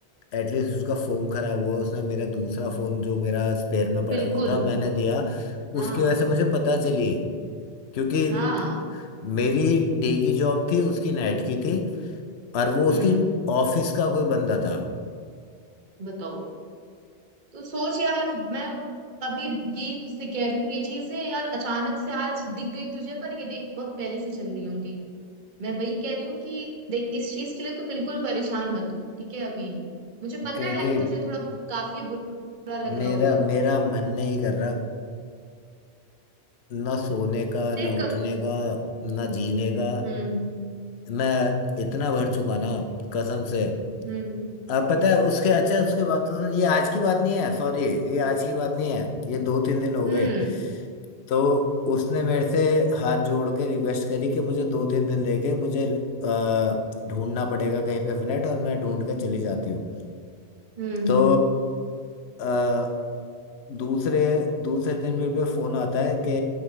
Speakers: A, on the left; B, on the right.
A: एटलीस्ट उसका फोन खराब हुआ उसने मेरा दूसरा फोन जो मेरा स्पेयर में पड़ा
B: बिल्कुल
A: हुआ था मैंने दिया
B: हाँ
A: उसकी वजह से मुझे पता चली क्योंकि
B: हाँ
A: मेरी डे की जॉब थी उसकी नाइट की थी और वो उसकी
B: हम्म
A: ऑफिस का कोई बंदा था
B: बताओ तो सोच यार मैं अभी ये तुझसे कह रही हूँ ये चीजें यार अचानक से आज दिख गई तुझे पर ये देख बहुत पहले से चल रही होंगी मैं वही कह रही हूँ कि देख इस चीज के लिए तू बिल्कुल परेशान मत हो ठीक है अभी मुझे पता
A: कहती
B: है तुझे थोड़ा काफी बुरा लग रहा
A: मेरा
B: होगा
A: मेरा मन नहीं कर रहा ना सोने का
B: देख
A: ना उठने का ना जीने का
B: हम्म
A: मैं इतना भर चुका ना कसम से
B: हम्म
A: अब पता है उसके अच्छा उसके बाद तो सुन ये आज की बात नहीं है सॉरी ये आज की बात नहीं है ये दो तीन दिन हो
B: हम्म
A: गए तो उसने मेरे से हाथ जोड़ के रिक्वेस्ट करी कि मुझे दो तीन दिन दे के मुझे अ, ढूंढना पड़ेगा कहीं पे फ्लैट और मैं ढूंढ के चली जाती हूँ
B: हम्म
A: तो अ, दूसरे दूसरे दिन मेरे पे फोन आता है कि